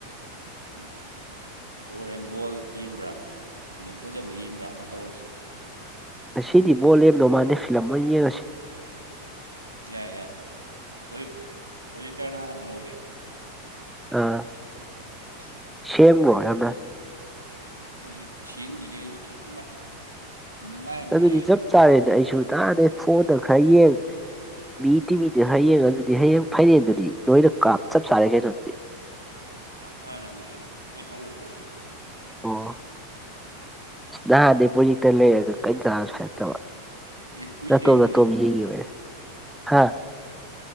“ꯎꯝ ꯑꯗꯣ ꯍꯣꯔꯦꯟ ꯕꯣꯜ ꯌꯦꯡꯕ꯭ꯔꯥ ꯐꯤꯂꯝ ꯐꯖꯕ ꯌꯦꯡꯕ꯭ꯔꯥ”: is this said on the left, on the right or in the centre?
Right